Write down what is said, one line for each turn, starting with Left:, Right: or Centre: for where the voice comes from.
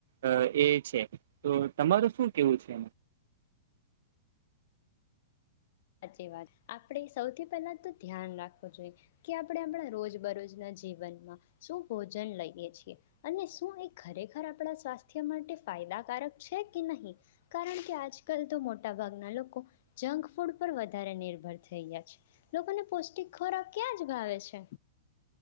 Right: અ એ છે તો તમાર શું કેવું છે.
Left: સાચી વાત આપણેે સૌથી પહેલા તો ધ્યાન રાખવું જોઈએ કે આપણે આપણા રોજ બરોજ ના જીવનમાં શું ભોજન લઈએ છીએ અને શું એ ખરેખર આપણા સ્વાસ્થ્ય માટે ફાયદાકારક છે કે નહી કારણ કે આજ કલ તો મોટા ભાગના લોકો જંક ફૂડ પર વધારે નિર્ભર થઈ છે. લોકોને પૌષ્ટિક ખોરાક ક્યાં જ ભાવે છે.